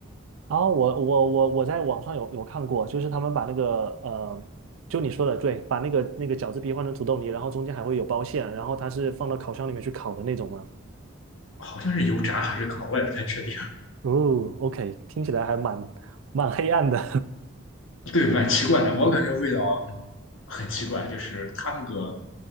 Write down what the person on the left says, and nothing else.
好像是油炸还是烤，我也不太确定。
<laughs> 对，蛮奇怪的，我感觉味道嗯很奇怪，就是它那个